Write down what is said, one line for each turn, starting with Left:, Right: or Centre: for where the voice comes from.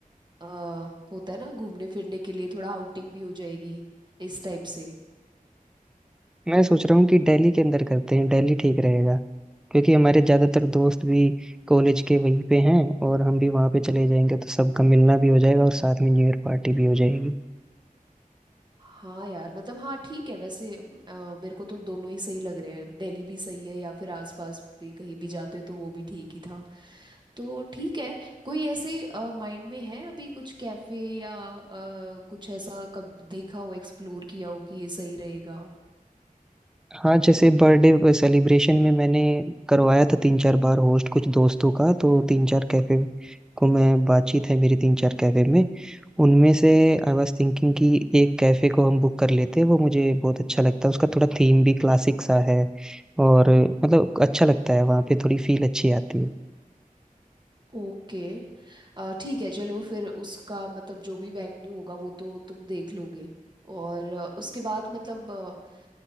Right: अ, होता है ना घूमने फिरने के लिए थोड़ा आउटिंग भी हो जाएगी इस टाइप से
Centre: मैं सोच रहा हूँ कि दिल्ली के अंदर करते हैं दिल्ली ठीक रहेगा क्योंकि हमारे ज़्यादातर दोस्त भी कॉलेज के वहीं पे हैं और हम भी वहाँ पे चले जाएंगे तो सबका मिलना भी हो जाएगा और साथ में न्यू ईयर पार्टी भी हो जाएगी
Right: हाँ यार मतलब हाँ ठीक है वैसे अम, अ, मेरे को तो दोनों ही सही लग रहे हैं दिल्ली भी सही है या फिर आसपास भी कहीं भी जाते तो वो भी ठीक ही था तो ठीक है कोई ऐसे माइंड में है अभी कुछ कैफे या अ, कुछ ऐसा कब देखा हो एक्सप्लोर किया हो कि ये सही रहेगा
Centre: हाँ जैसे बर्थडे सेलिब्रेशन में मैंने करवाया था तीन चार बार होस्ट कुछ दोस्तों का तो तीन चार कैफे को मैं बातचीत है मेरी तीन चार कैफे में उनमें से आई वाज थिंकिंग कि एक कैफे को हम बुक कर लेते वो मुझे बहुत अच्छा लगता है उसका थोड़ा थीम भी क्लासिक सा है और मतलब अच्छा लगता है वहाँ पे थोड़ी फील अच्छी आती है
Right: ओके अ, ठीक है चलो फिर उसका मतलब जो भी वेन्यू होगा वो तो तुम देख लोगे और अ, उसके बाद मतलब अ,